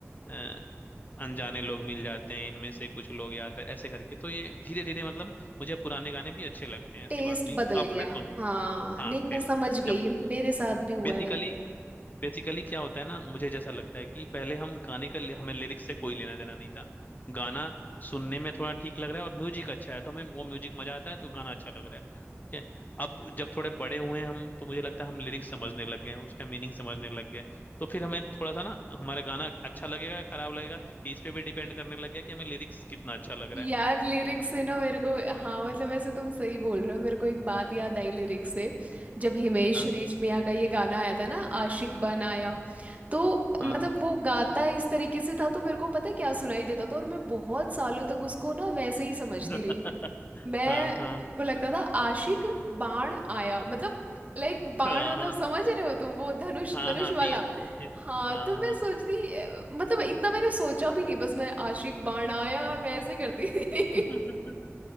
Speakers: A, on the left; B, on the right.
A: अ, अनजाने लोग मिल जाते हैं इनमें से कुछ लोग याद रहे ऐसे करके तो ये धीरे धीरे मतलब मुझे पुराने गाने भी अच्छे लगते हैं ऐसी
B: टेस्ट
A: बात नहीं
B: बदल
A: है अब
B: गया
A: मैं सुन
B: हाँ
A: हाँ
B: नहीं मैं
A: फिर
B: समझ गई
A: जब
B: ये मेरे साथ भी हुआ
A: बेसिकली
B: है ये
A: बेसिकली क्या होता है ना मुझे जैसा लगता है कि पहले हम गाने का हमें लिरिक्स से कोई लेना देना नहीं था गाना सुनने में थोड़ा ठीक लग रहा है और म्यूजिक अच्छा है तो हमें वो म्यूजिक मजा आता है तो गाना अच्छा लग रहा है ठीक है अब जब थोड़े बड़े हुए हम तो मुझे लगता है हम लिरिक्स समझने लग गए हैं उसका मीनिंग समझने लग गए तो फिर हमें थोड़ा सा ना हमारा गाना अच्छा लगेगा या खराब लगेगा ये इस पे भी डिपेंड करने लग गया कि हमें लिरिक्स कितना अच्छा लग रहा
B: यार
A: है
B: लिरिक्स से ना मेरे को हाँ मतलब ऐसे तुम सही बोल रहे हो मेरे को एक बात याद आई लिरिक्स से जब हिमेश
A: हाँ
B: रेशमिया
A: हाँ
B: का ये गाना आया था ना आशिक बन आया तो
A: हाँ
B: मतलब वो गाता इस तरीके से था तो मेरे को पता है क्या सुनाई देता था और मैं बहुत सालों तक उसको ना वैसे ही समझती
A: <laughs>
B: रही मैं
A: हाँ हाँ
B: मेरे को लगता था आशिक बाण आया मतलब लाइक बाण
A: हाँ
B: मतलब
A: हाँ
B: समझ रहे हो तुम वो धनुष
A: हाँ
B: धनुष
A: हाँ,
B: वाला
A: तीर तीर
B: हाँ
A: हाँ
B: तो मैं सोचती अ, मतलब इतना मैंने सोचा भी नहीं बस मैं आशिक बाण आया मैं ऐसे करती थी
A: हाँ <laughs>